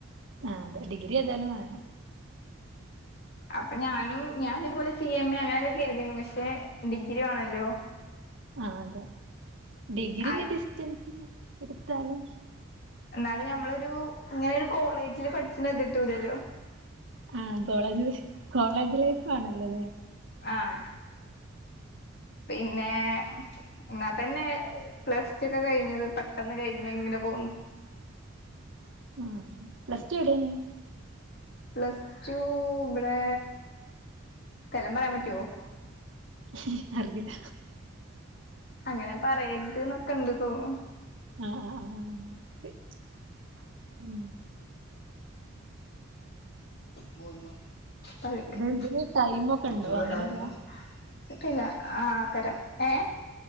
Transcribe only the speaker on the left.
അപ്പൊ ഞാനും ഞാൻതേപോലെ സി എം എ അങ്ങനെകെ കരുതിന്ന് പക്ഷെ ഡിഗ്രി വേണല്ലോ
ആയി
എന്നാലും ഞമ്മളൊരു ഇങ്ങനൊരു കോളേജില് പഠിച്ണ ത്ട്ടൂലല്ലോ
ആഹ് പിന്നെ എന്നാ തന്നെ പ്ലസ്റ്റു ക്കെ കഴിഞ്ഞത് പെട്ടെന്ന് കഴിഞ്ഞ യ്ങ്ങനെ പോന്നു
പ്ലസ്റ്റു ഇവിടെ സ്ഥലം പറയാൻ പറ്റൊ
അങ്ങനെ പറയരുത് നൊക്കെ ഇണ്ട് തോന്ന് -
<unintelligible>
ചിറ്റുല ആ തരം ഏ